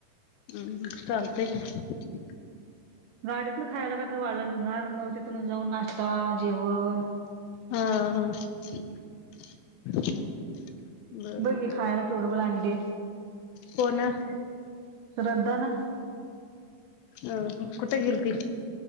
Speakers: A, on the left (about 80°); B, on the right (about 75°).
A: हम्म ह चालतय की.
B: गाडीतन खायला काहीतरी वाळ नेणार मग तिथून जाऊन नाश्ता, जेवण
A: हा हा. <inaudible> बर
B: बग
A: बर
B: हे खायाला केवढ बला आणले. साठ
A: कोण अ
B: रुपये ने. झालं रद्द ना.
A: अह कुट गेलती?